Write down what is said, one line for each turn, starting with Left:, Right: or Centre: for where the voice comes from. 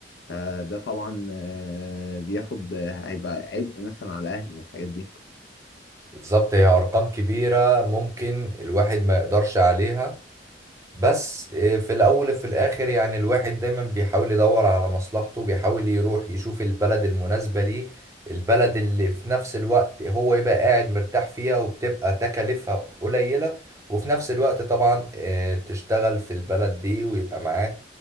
Left: فده طبعا آه، بياخد آه، هيبقى عبء مثلا على اهلي والحاجات دي
Right: بالظبط هي ارقام كبيره ممكن الواحد ما يقدرش عليها بس آه، في الأول وفي الآخر يعني الواحد دايما بيحاول يدور على مصلحته بيحاول يروح يشوف البلد المناسبة ليه البلد اللي في نفس الوقت هو يبقى قاعد مرتاح فيها وبتبقى تكاليفها قليلة وفي نفس الوقت طبعا آه، تشتغل في البلد دي ويبقى معاك